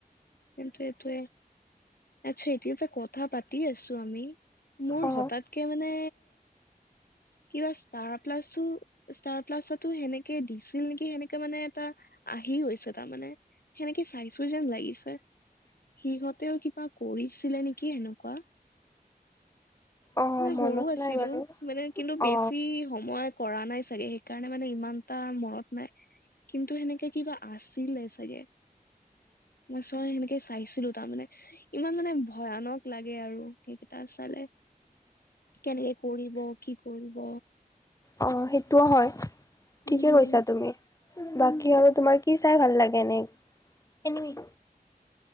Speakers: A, on the left; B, on the left.
A: কিন্তু এইটোৱে। আচ্ছা এতিয়া এটা কথা পাতি আছো আমি মোৰ
B: অ
A: হঠাৎ কে মানে কিবা ষ্টাৰ প্লাছো। ষ্টাৰ প্লাছতো সেনেকে দিছিল নিকি সেনেকে মানে এটা আহি গৈছে তাৰমানে। সেনেকে চাইছো যেন লাগিছে সিহঁতেও কিবা কৰিছিলে নিকি সেনেকুৱা।
B: অ
A: মে সৰু
B: মনত
A: আছিলো
B: নাই বাৰু
A: মানে কিন্তু বেছি
B: অ
A: সময়ত কৰা নাই চাগে সেইকাৰণে মানে ইমানটা মনত নাই। কিন্তু সেনেকে কিবা আছিলে চাগে। মই চয় সেনেকে চাইছিলো তাৰমানে ইমান মানে ভয়ানক লাগে আৰু সেইকেইটা চালে। কেনেকে কৰিব কি কৰিব।
B: অ সেইটোও হয় ঠিকে
A: উম হম
B: কৈছা তুমি। বাকী
A: উ
B: আৰু তোমাৰ কি চাই ভাল লাগে এনেই এনিমি।